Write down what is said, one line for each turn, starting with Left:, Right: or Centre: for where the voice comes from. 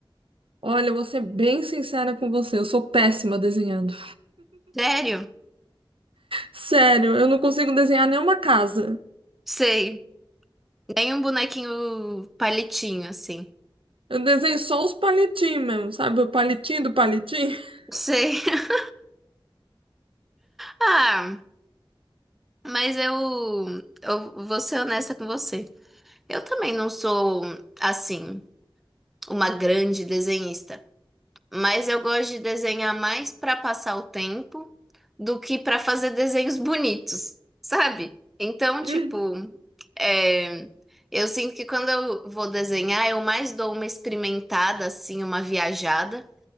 Right: Olha, eu vou ser bem sincera com você, eu sou péssima desenhando.
Centre: Sério?
Right: Sério, eu não consigo desenhar nenhuma casa.
Centre: Sei. Nem um bonequinho palitinho assim.
Right: Eu desenho só os palitinhos mesmo, sabe? O palitinho do palitinho. <laughs>
Centre: Sei. <laughs> Ah, mas eu, eu vou ser honesta com você. Eu também não sou assim uma grande desenhista. Mas eu gosto de desenhar mais para passar o tempo do que para fazer desenhos bonitos, sabe? Então, tipo,
Right: Hum.
Centre: é, eu sinto que quando eu vou desenhar, eu mais dou uma experimentada, assim, uma viajada,